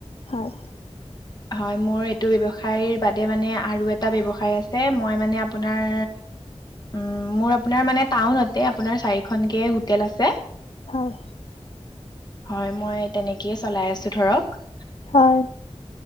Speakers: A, on the left (about 60°); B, on the left (about 35°).
A: হয়।
B: হয় মোৰ এইটো ব্যৱসায়ৰ বাদে মানে আৰু এটা ব্যৱসায় আছে। মই মানে আপোনাৰ উম মোৰ আপোনাৰ মানে টাউনতে আপোনাৰ চাৰিখনকে হোটেল আছে।
A: হয়।
B: হয় মই তেনেকেই চলাই আছো ধৰক।
A: হয়